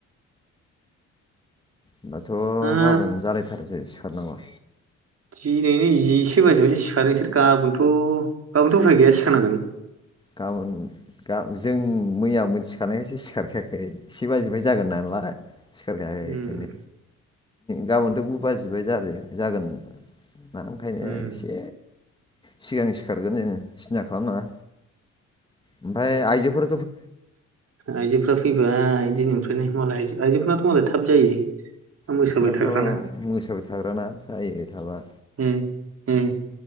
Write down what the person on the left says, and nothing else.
होनोमबाथ'
गाबोन जालायथारसै सिखारनांगौआ
गाबोन जों मैया मोनथिखानायखायसो सिखारखायाखै से बाजिनिफ्राय जागोन नालाय। सिखारखायाखै
ओंखायनो। गाबोनथ' गु बाजिबाय जा जागोन ना ओंखायनो
एसे सिगां सिखारगोन जोङो सिन्था खालामनाङा। ओमफाय आइजोफोर
बिसनाथ
मोसाबाय थाग्राना जायो थाबा।